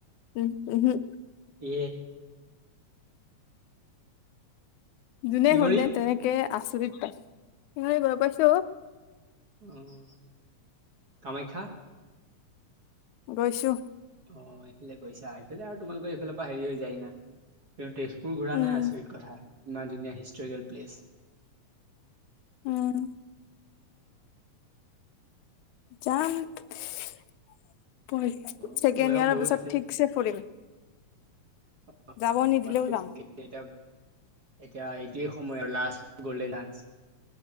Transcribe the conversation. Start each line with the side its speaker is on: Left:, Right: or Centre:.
Left: উম হুম।
Right: এ
Left: যোনে
Right: শিঙৰি
Left: হলে তেনেকে আচৰিত পাই সিহতে গৈ পাইছো।
Right: উম, কামাখ্যা?
Left: গৈছো।
Right: অ এইফালে গৈছা এইফালে আৰু তোমালোকৰ এইফালৰ পৰা হেৰি হৈ যায় না, ইয়াৰ তেজপুৰ তুমি ঘুৰা
Left: উম,
Right: নাই আচৰিত কথা ইমান ধুনীয়া হিষ্টৰিকেল প্লেচ।
Left: উম। যাম। ছেকেণ্ড
Right: অ বয়স
Left: ইয়াৰৰ
Right: বহুত
Left: পিছত
Right: আছে
Left: ঠিকছে ফুৰিম।
Right: <unintelligible>
Left: যাব নিদিলেও যাম
Right: এতিয়া এতিয়া এই সময় আৰু লাষ্ট গ'ল্ডেন ডানস